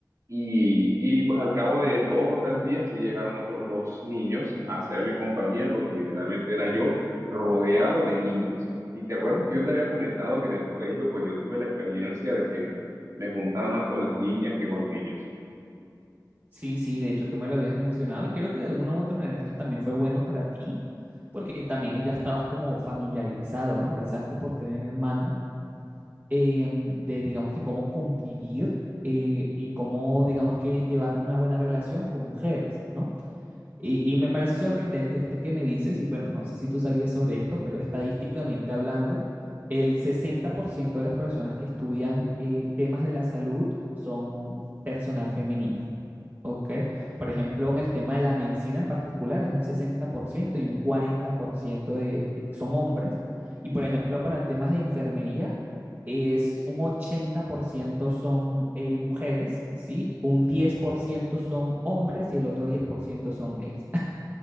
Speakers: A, on the right; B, on the right.
A: Y, y pues al cabo de dos o tres días sí llegaron otros dos niños a hacerme compañía porque literalmente era yo rodeado de niñas. Y te acuerdas que yo te había comentado que en el colegio, pues yo tuve la experiencia de que me juntaba más con las niñas que con los niños.
B: Sí, sí, de hecho tú me lo habías mencionado y creo que de alguna u otra manera esto también fue bueno para ti, porque también ya estabas como familiarizado, ¿no? Precisamente por tener hermana, eh, de digamos que cómo convivir eh, y cómo digamos que llevar una buena relación con mujeres, ¿no? Y, y me parece sorprendente esto que me dices y bueno, no sé si tú sabías sobre esto, pero estadísticamente hablando, el 60% de las personas que estudian eh, temas de la salud son personal femenino. Ok. Por ejemplo, en el tema de la medicina en particular es un 60% y un 40% de, de- son hombres. Y por ejemplo, para temas de enfermería es un 80% son eh, mujeres, ¿sí? Un 10% son hombres y el otro 10% son gays.